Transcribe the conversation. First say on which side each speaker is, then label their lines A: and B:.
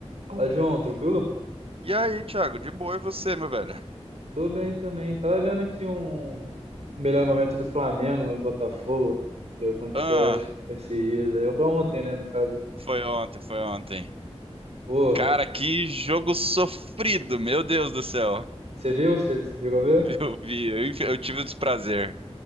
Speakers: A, on the right; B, on the right.
A: Fala, João, tranquilo?
B: E aí, Thiago, de boa e você, meu velho?
A: Tô bem também. Tava vendo aqui um melhor momento do Flamengo e Botafogo, que aconteceu,
B: Ah,
A: acho, esses dias aí. Foi ontem, né, no caso.
B: foi ontem, foi ontem.
A: Pô,
B: Cara, que jogo sofrido, meu Deus do céu.
A: você viu? Você você chegou a ver?
B: <laughs> Eu vi, eu, inf- eu tive o desprazer.